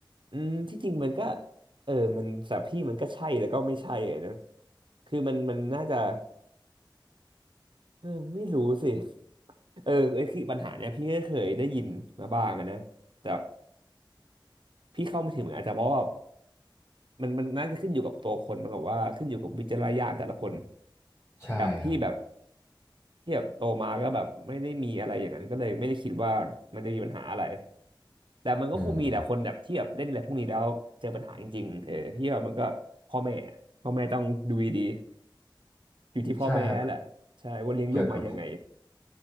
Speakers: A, on the right (about 75°); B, on the left (about 30°).
A: อืมที่จริงมันก็เออมันสำหรับพี่มันก็ใช่แล้วก็ไม่ใช่อะนะคือมันมันน่าจะเออไม่รู้สิเออไอ้คือปัญหาเนี้ยพี่ก็เคยได้ยินมาบ้างอะนะแต่พี่เข้าไม่ถึงอาจจะเพราะว่ามันมันน่าจะขึ้นอยู่กับตัวคนมันกับว่าขึ้นอยู่กับวิจารณญาณแต่ละคน
B: ใช่ครับ
A: แบบพี่แบบที่แบบโตมาก็แบบไม่ได้มีอะไรอย่างนั้นก็เลยไม่ได้คิดว่ามันจะมีปัญหาอะไรแต่มันก็คงมีแหละคนแบบที่แบบเล่นอะไรพวกนี้แล้วเจอปัญหาจริงๆเออที่แบบมันก็พ่อแม่พ่อแม่ต้องดูดี
B: อืม
A: ๆอยู่ที่พ่อแม่แหละใช่ว่าเลี้ยงลูกมายังไง
B: ใช่ครับเกี่ยวกับ